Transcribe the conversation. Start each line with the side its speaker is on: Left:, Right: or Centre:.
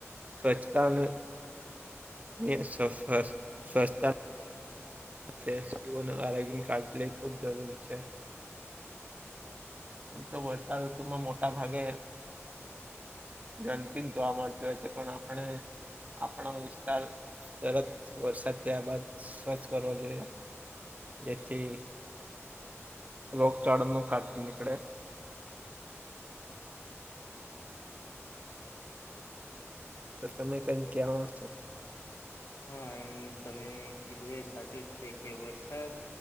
Right: સ્વચ્છતાને નીર સફ <unintelligible> સ્વસ્થતા સેફ કીઓ ને આરોગ્યની કાળજી લેવી ખૂબ જરૂરી છે. તો વર્ષાઋતુમાં મોટા ભાગે ગંદકી જ જોવા મળતી હોય છે પણ આપણે આપણા વિસ્તાર તરત વરસાદ થયા બાદ, સ્વચ્છ કરવો જોઇએ, જેથી લોક ચણનું ખાતુ નીકડે. તો તમે કઈ કેહવાના છો.
Left: હા એમ તમે કીધું એ સાચું જ છે કે વરસાદ